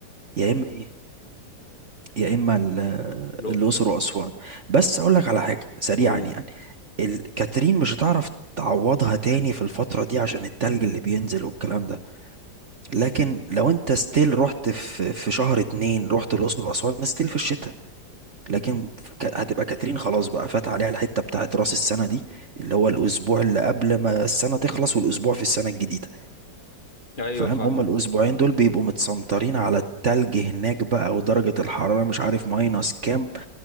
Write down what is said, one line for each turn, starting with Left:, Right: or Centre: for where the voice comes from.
Right: يا اما ايه يا اما ال-
Left: الأقصر
Right: الاقصر واسوان بس اقول لك على حاجه سريعا
Left: قول
Right: يعني ال- كاترين مش هتعرف تعوضها تاني في الفتره دي عشان التلج اللي بينزل والكلام ده لكن لو انت ستيل رحت في في شهر اتنين رحت الاقصر واسوان ستيل في الشتاء لكن ك- هتبقى كاترين خلاص بقى فات عليها الحته بتاعت راس السنه دي اللي هو الاسبوع اللي قبل ما السنه تخلص والاسبوع في السنه الجديده
Left: ايوه
Right: فاهم
Left: فاهمك
Right: هما الاسبوعين دول بيبقوا متسنطرين على التلج هناك بقى ودرجه الحراره مش عارف ماينس كام